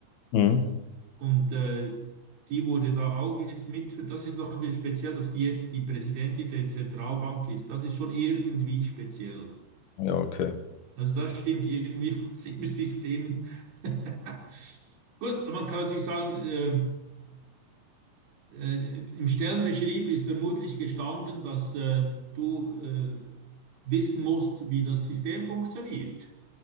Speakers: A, on the left (about 75°); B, on the right (about 85°).
A: Mhm.
B: Und äh, die wurde da auch jetzt mit, das ist noch speziell, dass die jetzt die Präsidentin der Zentralbank ist. Das ist schon irgendwie speziell.
A: Ja, okay.
B: Also da stimmt irgendwie <laughs> was im System. <laughs> Gut, man kann natürlich sagen, äh, äh, im Stellenbeschrieb ist vermutlich gestanden, dass äh, du äh, wissen musst, wie das System funktioniert.